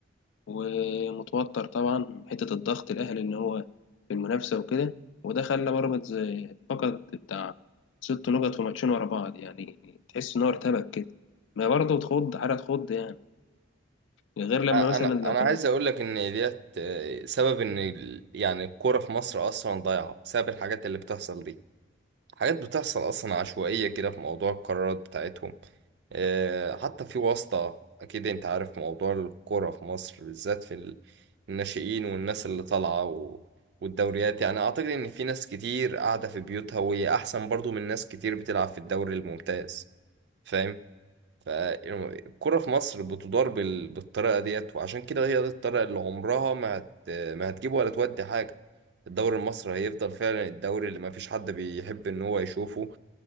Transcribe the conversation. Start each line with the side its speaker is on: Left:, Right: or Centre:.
Left: ومتوتر طبعا من حتة الضغط الأهلي إن هو في المنافسة وكده وده خلى بيراميدز فقد بتاع ست نقط في ماتشين ورا بعض يعني تحس إن هو ارتبك كده ما برضه تخض حاجة تخض يعني غير لما
Right: أ- انا
Left: مثلا لو
Right: انا
Left: كان
Right: عايز اقول لك ان ديت آه، سبب ان ال- يعني الكوره في مصر اصلا ضايعه بسبب الحاجات اللي بتحصل دي حاجات بتحصل أصلا عشوائية كده في موضوع القرارات بتاعتهم آه، حتى في واسطة أكيد أنت عارف موضوع الكورة في مصر بالذات في ال- الناشئين والناس اللي طالعة و... والدوريات يعني أعتقد إن في ناس كتير قاعدة في بيوتها وهي أحسن برضو من ناس كتير بتلعب في الدوري الممتاز فاهم فالكرة في مصر بتدار بال... بالطريقة ديت وعشان كده هي دي الطريقة اللي عمرها ما هت... ما هتجيب ولا تودي حاجة الدوري المصري هيفضل فعلا الدوري اللي ما فيش حد بيحب ان هو يشوفه